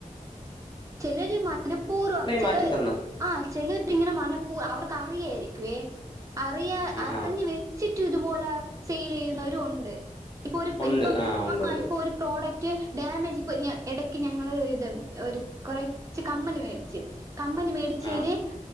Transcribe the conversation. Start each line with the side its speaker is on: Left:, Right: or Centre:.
Right: ചെലരു മനഃപൂർവം ചെലത്-
Left: മാറ്റി തന്നു
Right: ആ ചെലർ ഇങ്ങനെ മനപ്പൂ അവർക്ക് അറിയായിരിക്കുവേ അറിയാ
Left: ആ
Right: അറിഞ്ഞു
Left: ആ
Right: വ ചുറ്റും ഇതുപോലെ സെയിൽ ചെയ്യുന്നവരും ഉണ്ട് ഇപ്പൊ ഒരു
Left: ഉണ്ട്
Right: ഇപ്പം
Left: ഉണ്ട്
Right: ആ
Left: ഉണ്ട്
Right: ഇപ്പൊ ഒരു പ്രോഡക്റ്റ് ഡാമേജ് ഇപ്പൊ ഇടയ്ക്ക് ഞങ്ങള് ഇത് ഒരു കൊറച്ച് കമ്മല് മേടിച്ചു കമ്മല് മേ മേടിച്ചേല്
Left: ആ